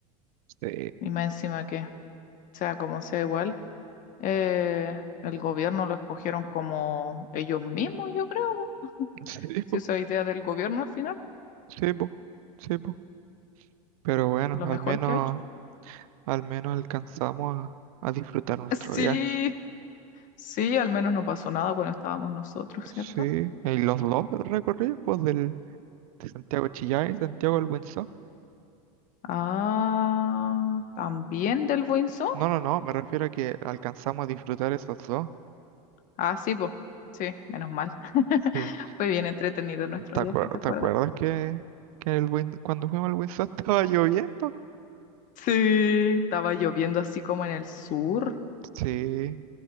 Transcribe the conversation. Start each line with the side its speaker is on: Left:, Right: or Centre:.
Right: Sí,
Left: Y más encima que, sea como sea igual, eh, el gobierno lo escogieron como ellos mismos, yo creo. po. <laughs>
Right: sí,
Left: Si
Right: po,
Left: esa idea del gobierno al final,
Right: sí, po, sí, po. Pero bueno,
Left: lo
Right: al
Left: mejor
Right: menos,
Left: que ha hecho.
Right: al menos alcanzamos a, a disfrutar nuestro
Left: Sí,
Right: viaje.
Left: sí, al menos no pasó nada cuando estábamos nosotros,
Right: Sí,
Left: ¿cierto?
Right: y los dos recorridos, pues, del, de Santiago de Chillán y Santiago del Windsor.
Left: Ah, también del Buinzo.
Right: No, no, no, me refiero a que alcanzamos a disfrutar esos dos.
Left: Ah, sí, pues. Sí, menos mal. <laughs>
Right: Sí.
Left: Fue bien entretenido nuestro
Right: ¿Te
Left: viaje,
Right: acuer-
Left: ¿te acuerdas?
Right: te acuerdas que, que el Win- cuando fuimos al Windsor <laughs> estaba lloviendo?
Left: Sí, estaba lloviendo así como en el sur.
Right: Sí,